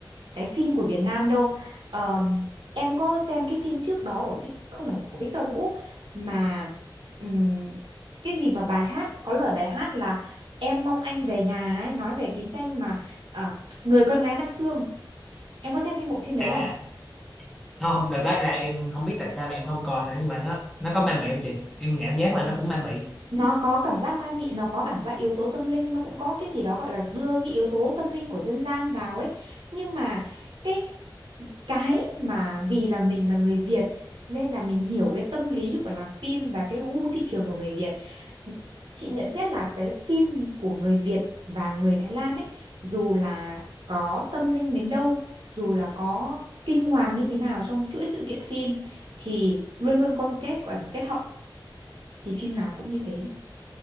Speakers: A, on the right; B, in the centre.
A: cái phim của Việt Nam đâu. Ờm, em có xem cái phim trước đó của Vic- không phải của Victor Vũ mà ừm, cái gì mà bài hát có lời bài hát là Em mong anh về nhà ấy, nói về chiến tranh mà à, Người con gái Nam Xương. Em có xem phim bộ phim đấy
B: à
A: không?
B: không đợt đấy là em không biết tại sao mà em không coi nữa nhưng mà nó nó có ma mị không chị em cảm giác là nó cũng ma mị
A: Nó có cảm giác ma mị, nó có cảm giác yếu tố tâm linh, nó cũng có cái gì đó gọi là đưa cái yếu tố tâm linh của dân gian vào ấy. Nhưng mà cái cái mà vì là mình là người Việt nên là mình hiểu cái tâm lý của làm phim và cái gu thị trường của người Việt. Chị nhận xét là cái phim của người Việt và người Thái Lan ấy dù là có tâm linh đến đâu, dù là có kinh hoàng như thế nào trong chuỗi sự kiện phim thì luôn luôn có một kết gọi là kết hậu thì phim nào cũng như thế.